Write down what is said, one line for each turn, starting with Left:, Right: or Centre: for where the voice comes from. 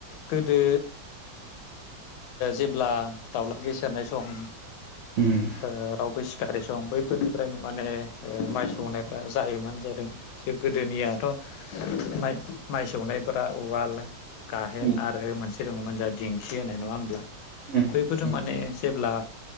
Left: गोदो जेब्ला दाउला गेसेेरनाय सम
Right: ओम
Left: ओ रावबो सिखारै सम बैफोरनिफ्रायनो माने ओ माइ सौनायफ्रा जायोमोन जादों ज गोदोनियाथ' माइ माइ सौनायफोरा उवाला गाहेन
Right: उम
Left: आरो मोनसे दङमोन जोंहा दिंखि होननाय नङा होनब्ला
Right: उम
Left: बैफोरजों
Right: उम
Left: माने जेब्ला